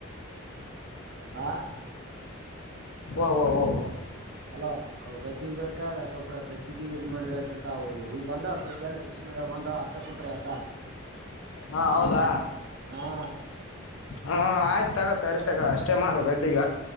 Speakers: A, on the right; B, on the left.
A: ಆಾ
B: ವ ವ
A: ಅಲೋ ಅ ಗದ್ದಿಗ್ ಬೇಕ ಗೊಬ್ಬ ಅ್ರ ಗದ್ದಗಿಗೆ ಇ ಮಾಡ್ರ ಆಯತಂತ ಈ ಬಂದವ ಬೇಜಾನ್ ಶಶಿ ಮೇಡಂ ಬಂದ ಅಚ್ಚ ಕುಂತಾರ ಆತ
B: ಹಾ ಹೌದಾ
A: ಹಾ
B: ಹ ಆಯ್ತು ತಗೋ ಸರಿ ಅಷ್ಟೇ ಮಾಡು ಗದ್ದಿಗ